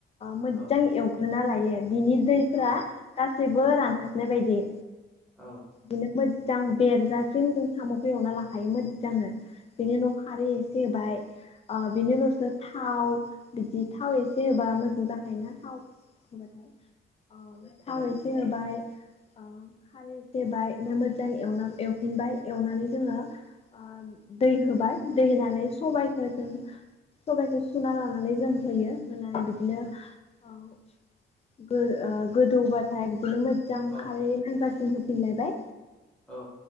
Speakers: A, on the left; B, in the centre.
A: मोजां
B: औ
A: एवग्रोना लायो बिनि दैफोरा
B: औ
A: गासैबो रानथाबनाय बायदि
B: औ
A: बिदिनो मोजां बेरजासिम जों साम' खौ एवना लाखायो मोजांनो बिनि उनाव खारै एसे होबाय ओ बिनि उनावसो थाव बिदि थाव एसे होबा मोजां जाखायोना थाव होबाथाय अ थाव एसे होबाय ओ खारै एसे होबाय ओमफ्राय मोजां एवना एवफिनबाय एवनानै जोङो ओ दै होबाय दै होनानै सबायखौ जों सबायखौ सुना लानानै जों होयो। होनानै बिदिनो ओ ओ गोदौ बाथाय बिदिनो मोजां
B: औ
A: खारै नांजासिम होफिनलायबाय
B: औ।